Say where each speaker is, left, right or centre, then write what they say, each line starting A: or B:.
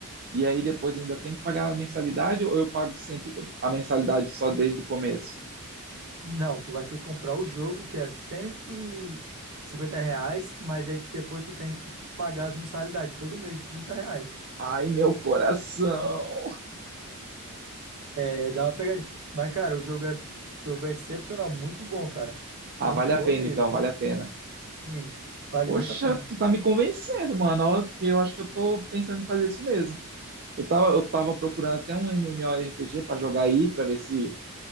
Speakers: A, on the right; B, on the right.
A: e aí depois eu ainda tenho que pagar a mensalidade ou eu pago sempre a mensalidade só desde o começo?
B: Não, tu vai ter que comprar o jogo, que é cento e cinquenta reais, mas aí depois tu tem que pagar as mensalidades todo mês de 30 reais.
A: Ai, meu coração.
B: É, dá uma pegadinha. Mas, cara, o jogo é, o jogo é excepcional, muito bom, cara.
A: Ah,
B: Muito
A: vale
B: bom
A: a pena
B: mesmo.
A: então, vale a pena.
B: Sim, vale
A: Poxa,
B: muito a pena.
A: tu tá me convencendo, mano, ó, porque eu acho que eu tô pensando em fazer isso mesmo. Eu tava, eu tava procurando até um MMORPG pra jogar aí, pra ver se,